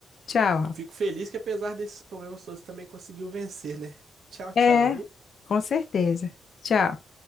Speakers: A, on the left; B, on the right.
A: Tchau, Rafa.
B: Fico feliz que apesar desses problemas todos também conseguiu vencer, né? Tchau, tchau,
A: É,
B: viu?
A: com certeza. Tchau.